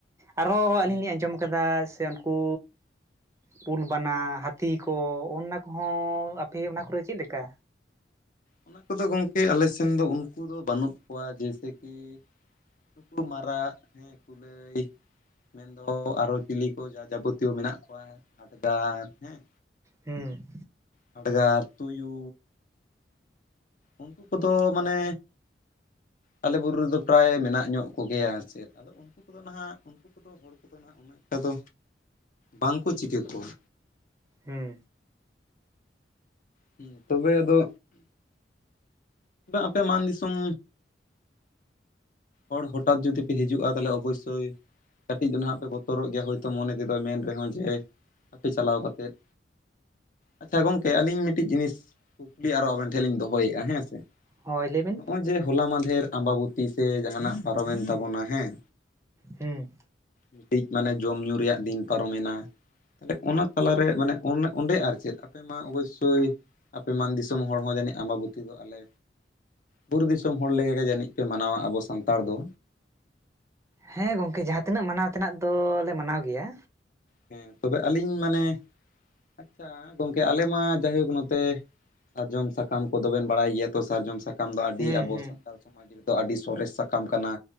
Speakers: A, on the right (about 15°); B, on the left (about 50°).
A: ᱟᱨ ᱦᱚᱸ ᱟᱹᱞᱤᱧ
B: ᱦᱮᱸ
A: ᱞᱤᱧ ᱟᱸᱡᱚᱢ ᱠᱟᱫᱟ ᱥᱮ ᱩᱱᱠᱩ ᱠᱩᱞ ᱵᱟᱱᱟ ᱦᱟᱹᱛᱤ ᱠᱚ ᱚᱱᱟ ᱠᱚ ᱦᱚᱸ ᱟᱯᱮ ᱚᱱᱟ ᱠᱚ ᱨᱮ ᱪᱮᱫ ᱞᱮᱠᱟ?
B: ᱚᱱᱟ ᱠᱚᱫᱚ ᱜᱚᱢᱠᱮ ᱟᱞᱮ ᱥᱮᱱ ᱫᱚ ᱩᱱᱠᱩ ᱫᱚ ᱵᱟᱹᱱᱩᱜ ᱠᱚᱣᱟ ᱡᱮᱭᱥᱮ ᱠᱤ ᱱᱩᱠᱩ ᱢᱟᱨᱟᱜ ᱦᱮᱸ ᱠᱩᱞᱟᱹᱭ᱾ ᱢᱮᱱᱫᱚ ᱟᱨᱚ ᱪᱤᱞᱤ ᱠᱚ ᱡᱟ ᱡᱟᱵᱚᱛᱤᱭᱚ ᱢᱮᱱᱟᱜ ᱠᱚᱣᱟ ᱦᱟᱰᱜᱟᱨ ᱦᱮᱸ᱾
A: ᱦᱩᱸ᱾
B: ᱦᱟᱰᱜᱟᱨ, ᱛᱩᱭᱩ᱾ ᱩᱱᱠᱩ ᱠᱚᱫᱚ ᱢᱟᱱᱮ ᱟᱞᱮ ᱵᱩᱨᱩ ᱨᱮᱫᱚ ᱯᱨᱟᱭ ᱢᱮᱱᱟᱜ ᱧᱚᱜ ᱠᱚᱜᱮᱭᱟ᱾ ᱟᱨ ᱪᱮᱫ ᱟᱫᱚ ᱩᱱᱠᱩ ᱠᱚᱫᱚ ᱱᱟᱦᱟᱜ ᱩᱱᱠᱩ ᱠᱚᱫᱚ ᱦᱚᱲ ᱠᱚᱫᱚ ᱱᱟᱦᱟᱜ ᱩᱱᱟᱹᱜ ᱮᱴᱟ ᱫᱚ ᱵᱟᱝᱠᱚ ᱪᱤᱠᱟᱹ ᱠᱚᱣᱟ᱾
A: ᱦᱩᱸ᱾
B: ᱦᱩᱸ ᱛᱚᱵᱮ ᱟᱫᱚ ᱟᱯᱮ ᱢᱟᱱ ᱫᱤᱥᱚᱢ ᱦᱚᱲ ᱦᱚᱴᱟᱛ ᱡᱩᱫᱤ ᱯᱮ ᱦᱤᱡᱩᱜ-ᱟ ᱛᱟᱦᱚᱞᱮ ᱚᱵᱚᱥᱥᱳᱭ ᱠᱟᱹᱴᱤᱡ ᱫᱚ ᱱᱟᱦᱟᱜ ᱯᱮ ᱵᱚᱛᱚᱨᱚᱜ ᱜᱮᱭᱟ ᱦᱳᱭᱛᱳ ᱢᱚᱱᱮ ᱛᱮᱫᱚᱭ ᱢᱮᱱ ᱨᱮᱦᱚᱸ ᱡᱮ ᱟᱯᱮ ᱪᱟᱞᱟᱣ ᱠᱟᱛᱮᱫ᱾ ᱟᱪᱪᱷᱟ ᱜᱚᱝᱠᱮ ᱟᱹᱞᱤᱧ ᱢᱤᱫᱴᱤᱡ ᱡᱤᱱᱤᱥ ᱠᱩᱠᱞᱤ ᱟᱨᱚ ᱟᱵᱮᱱ ᱴᱷᱮᱡ ᱞᱤᱧ ᱫᱚᱦᱚᱭᱮᱫ-ᱟ ᱦᱮᱸᱥᱮ?
A: ᱦᱳᱭ ᱞᱟᱹᱭ ᱵᱤᱱ
B: ᱱᱚᱜ-ᱚᱭ ᱡᱮ ᱦᱚᱞᱟ ᱢᱟᱫᱷᱮᱨ ᱟᱢᱵᱟᱵᱚᱛᱤ ᱥᱮ ᱡᱟᱦᱟᱱᱟᱜ ᱯᱟᱨᱚᱢᱮᱱ ᱛᱟᱵᱚᱱᱟ ᱦᱮᱸ᱾
A: ᱦᱩᱸ᱾
B: ᱢᱤᱫᱴᱤᱡ ᱢᱟᱱᱮ ᱡᱚᱢ ᱧᱩ ᱨᱮᱭᱟᱜ ᱫᱤᱱ ᱯᱟᱨᱚᱢᱮᱱᱟ ᱛᱟᱦᱚᱞᱮ ᱚᱱᱟ ᱛᱟᱞᱟᱨᱮ ᱢᱟᱱᱮ ᱚ ᱚᱸᱰᱮ ᱟᱨ ᱪᱮᱫ ᱟᱯᱮ ᱢᱟ ᱚᱵᱚᱥᱥᱳᱭ ᱟᱯᱮ ᱢᱟᱱ ᱫᱤᱥᱚᱢ ᱦᱚᱲ ᱦᱚᱸ ᱡᱟᱹᱱᱤᱡ ᱟᱢᱵᱟᱵᱚᱛᱤ ᱫᱚ ᱟᱞᱮ ᱵᱩᱨᱩ ᱫᱤᱥᱚᱢ ᱦᱚᱲ ᱞᱮᱠᱟᱜᱮ ᱡᱟᱹᱱᱤᱡ ᱯᱮ ᱢᱟᱱᱟᱣᱟ ᱟᱵᱚ ᱥᱟᱱᱛᱟᱲ ᱫᱚ᱾
A: ᱦᱮᱸ ᱜᱚᱝᱠᱮ ᱡᱟᱦᱟᱸ ᱛᱤᱱᱟᱹᱜ ᱢᱟᱱᱟᱣ ᱛᱮᱱᱟᱜ ᱫᱚᱞᱮ ᱢᱟᱱᱟᱣ ᱜᱮᱭᱟ᱾
B: ᱦᱮᱸ ᱛᱚᱵᱮ ᱟᱹᱞᱤᱧ ᱢᱟᱱᱮ ᱟᱪᱪᱷᱟ ᱜᱚᱢᱠᱮ ᱟᱞᱮ ᱢᱟ ᱡᱟᱭᱦᱳᱠ ᱱᱚᱛᱮ ᱥᱟᱨᱡᱚᱢ ᱥᱟᱠᱟᱢ ᱠᱚᱫᱚᱵᱮᱱ ᱵᱟᱲᱟᱭ ᱜᱮᱭᱟ ᱛᱚ ᱥᱟᱨᱡᱚᱢ ᱥᱟᱠ ᱠᱟᱢ ᱫᱚ ᱟᱹᱰᱤ
A: ᱦᱩᱸ
B: ᱟᱵᱚ
A: ᱦᱩᱸ
B: ᱥᱟᱱᱛᱟᱲ ᱥᱚᱢᱟᱡᱽ ᱨᱮᱫᱚ ᱟᱹᱰᱤ ᱥᱚᱨᱮᱥ ᱥᱟᱠᱟᱢ ᱠᱟᱱᱟ